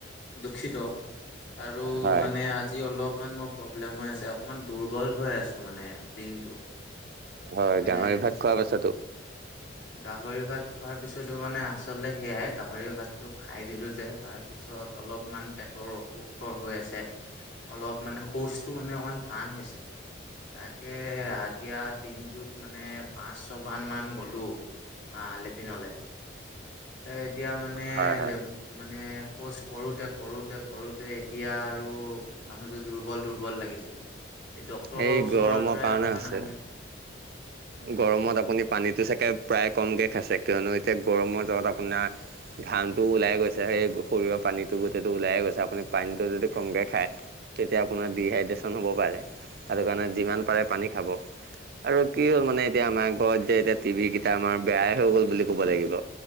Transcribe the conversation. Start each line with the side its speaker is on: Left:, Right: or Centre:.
Left: দুখীত আৰু
Right: হয়
Left: মানে যি অলপমান মই প্ৰব্লেম হৈ আছে অকণমান দুৰ্বল হৈ আছো মানে দিনটো।
Right: হয়
Left: মানে
Right: গাহৰি ভাত খোৱা পাছতো।
Left: গাহৰি ভাত খোৱাৰ পিছতো মানে আচলতে সেয়াই গাহৰি ভাত টো খাই দিলো যে তাৰ পিছত অলপমান পেট টৰ অসুখ হৈ আছে অলপ মানে শৌচটো মানে অকমান টান হৈছে। তাকে এতিয়া দিনটোত মানে পাঁচ ছয়বান মান গ'লোঁ। আহ লেটিনলে এতিয়া মানে
Right: হয়
Left: <unintelligible>
Right: হয়।
Left: মানে শৌচ কৰোঁতে কৰোঁতে কৰোঁতে এতিয়া আৰু মানুহটো দুৰ্বল দুৰ্বল লাগিছে সেই ডক্তৰৰ
Right: সেই
Left: ওচৰৰ
Right: গৰমৰ
Left: পৰাই
Right: কাৰণে
Left: অকমান
Right: হৈছে,
Left: আহোংগে।
Right: গৰমত আপুনি পানীতটো চাগে প্ৰায় কমকে খাইছে কিয়নো এতিয়া গৰমৰ জত আপোনা ঘামটোও ওলাই গৈছে সেই শৰীৰৰ পানীটো গোটেইটো ওলাই গৈছে আপুনি পানীটো যদি কমকে খায়। তেতিয়া আপোনাৰ ডি হাইড্ৰজেন হ'ব পাৰে সেইটো কাৰণে
Left: উম,
Right: যিমান পাৰে পানী খাব। আৰু কি হ'ল মানে এতিয়া আমাৰ ঘৰত যে এতিয়া টি ভি কেইটা আমাৰ বেয়াই হৈ গ'ল বুলি ক'ব লাগিব।